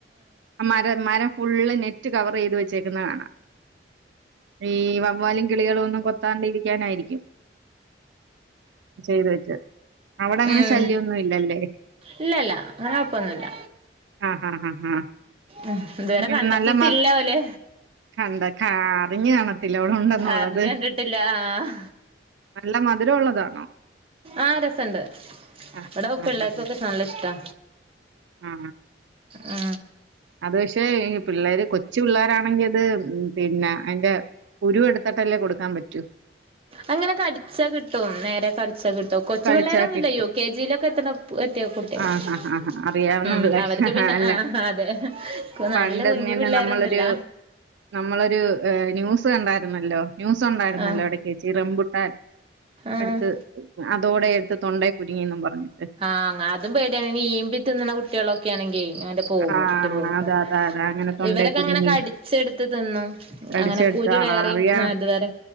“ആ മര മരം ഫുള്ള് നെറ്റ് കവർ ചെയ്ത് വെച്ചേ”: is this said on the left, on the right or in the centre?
Right